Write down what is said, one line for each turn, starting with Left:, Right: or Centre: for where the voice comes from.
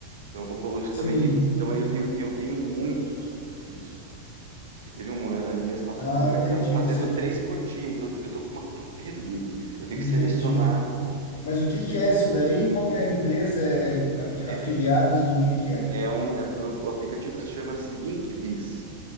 Right: Então eu vou colocar isso
Left: Sim.
Right: também tem, então aí eu tenho, eu tenho muitos que eu fiz eu teve um ano ali mês passado
Left: Ah,
Right: que
Left: entendi,
Right: eu estava fazendo
Left: você
Right: três por dia, então eu tô com um entupido dele. Eu tenho
Left: entendi.
Right: que selecionar.
Left: Mas o que
Right: Isso
Left: que
Right: é,
Left: é isso daí? Qual que é a empresa? É a-
Right: é,
Left: afiliados do que que é?
Right: é um, é- o aplicativo se chama-se LinkBiz.